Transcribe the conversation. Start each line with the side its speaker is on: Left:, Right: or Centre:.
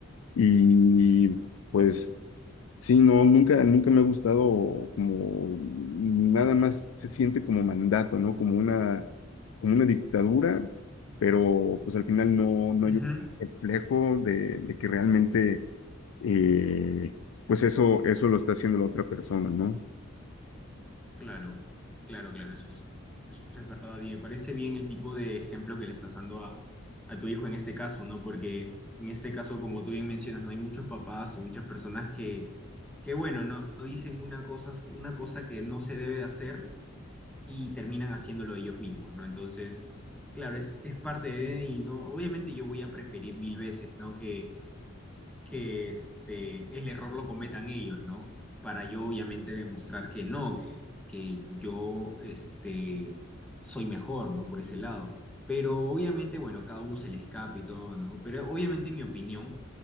Left: Y pues sí, no, nunca, nunca me ha gustado como nada más se siente como mandato, ¿no? Como una, como una dictadura, pero pues al final no, no
Centre: Ujú.
Left: hay un reflejo de, de que realmente eh, pues eso, eso lo está haciendo la otra persona, ¿no?
Centre: Claro, claro, claro, eso es, eso es verdad. Y me parece bien el tipo de ejemplo que le estás dando a, a tu hijo en este caso, ¿no? Porque en este caso, como tú bien mencionas, no hay muchos papás o muchas personas que, que bueno, no no dicen una cosa, una cosa que no se debe de hacer y terminan haciéndolo ellos mismos, ¿no? Entonces, claro, es, es parte de, y no, obviamente yo voy a preferir mil veces, ¿no? Que, que este, el error lo cometan ellos, ¿no? Para yo obviamente demostrar que no, que, que yo este, soy mejor, ¿no? Por ese lado. Pero obviamente, bueno, cada uno se le escapa y todo, ¿no? Pero obviamente en mi opinión,